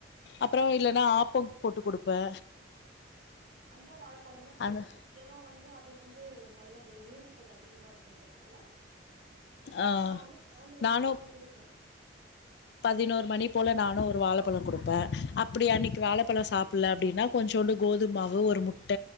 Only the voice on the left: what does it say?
அப்றோ இல்லைன்னா
ஆப்போ போட்டு குடுப்பே
அந்த
ஆ
நானும்
பதினோரு மணி போல நானு ஒரு வாழப்பழோ குடுப்பே அப்டி அன்னைக்கு வாழப்பழோ சாப்பல்ல அப்டின்னா கொஞ்சோண்டு கோதுமாவு ஒரு முட்ட